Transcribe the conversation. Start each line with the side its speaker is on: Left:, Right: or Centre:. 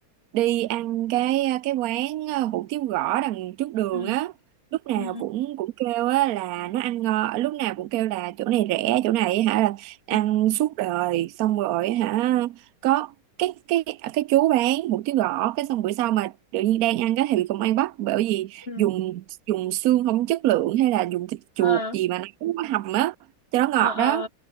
Right: đi ăn cái cái quán ờ, hủ tiếu gõ đằng trước đường
Left: ừ
Right: á lúc nào
Left: ừ
Right: cũng cũng kêu á là nó ăn ngon lúc nào cũng kêu là chỗ này rẻ chỗ này hả là ăn
Left: ừ
Right: suốt đời xong rồi hả có cái cái cái chú bán hủ tiếu gõ cái xong bữa sau mà tự nhiên đang ăn cái thì bị công an bắt bởi vì
Left: ừ
Right: dùng dùng xương không chất lượng hay là dùng thịt chuột
Left: ờ
Right: gì mà nó cũng có hầm á cho nó ngọt
Left: ờ ờ
Right: đó